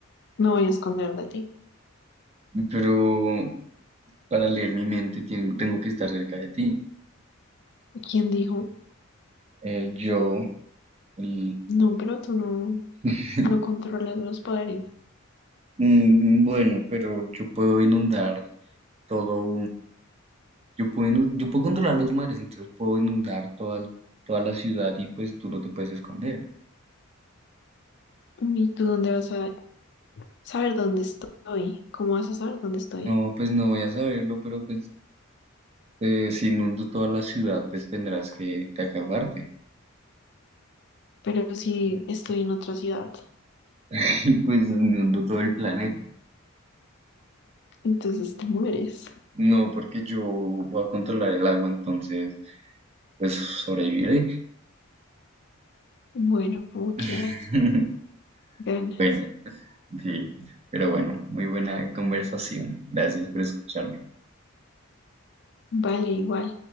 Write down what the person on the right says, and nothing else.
pero para leer mi mente tienen- tengo que estar cerca de ti.
El yo, el-
<laughs>
mm, bueno, pero yo puedo inundar todo Yo puedo, inu- yo puedo controlar los mares, entonces puedo inundar toda, el- toda la ciudad y pues tú no te puedes esconder.
No, pues no voy a saberlo, pero pues eh, si inundo toda la ciudad, pues tendrás que, que acabarte.
<laughs> Y pues inundo todo el planeta.
No, porque yo voy a controlar el agua, entonces pues sobreviviré.
<laughs>
Bueno, sí, pero bueno, muy buena conversación. Gracias por escucharme.